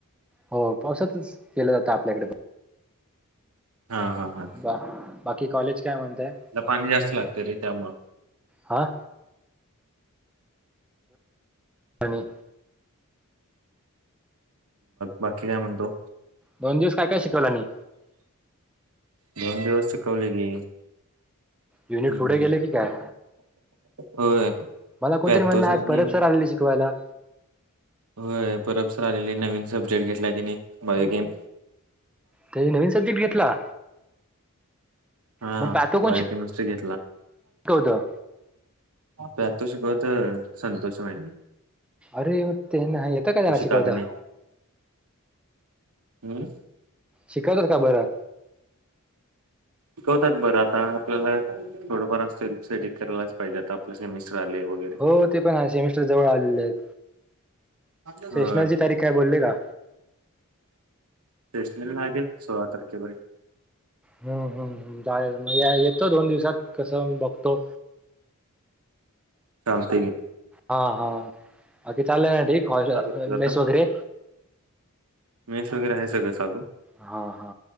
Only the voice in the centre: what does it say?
हो पावसातच केलं जातं आपल्याकडे पण
बा बाकी कॉलेज. काय म्हणताय
हा. आणि.
दोन दिवस काय काय शिकवला नाही.
युनिट
पुढे गेले की काय.
मला कोणतरी
म्हणलं आज
परब सर आलेले शिकवायला.
त्यांनी नवीन सब्जेक्ट घेतला
मग पॅथो कोण
शिकवतं
अरे ते येतं काय शिकवता.
शिकवतात का बरं.
हो ते पण सेमिस्टर जवळ आलेले आहेत.
सेशनाची तारीख काय बोलले का.
हम् हम्म म येतो दोन दिवसात कसं. बघतो.
हा हा बाकी चाललंय ना ठीक
मेस वगैरे
हा हा